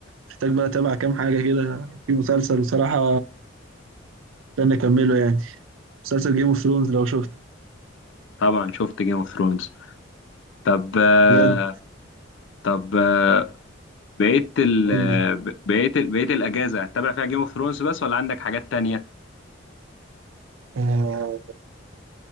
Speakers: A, on the right; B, on the left.
A: محتاج بقى اتابع كام حاجة كده في مسلسل بصراحة استنى اكمله يعني مسلسل جيم اوف ثرونز لو شفته
B: طبعا شفت جيم اوف ثرونز طب آه،
A: بجد
B: طب آه، بقيت ال
A: قول
B: آه،
A: لي
B: ب- بقيت ال- بقيت الاجازه هتتابع فيها جيم اوف ثرونز بس ولا عندك حاجات تانية
A: آه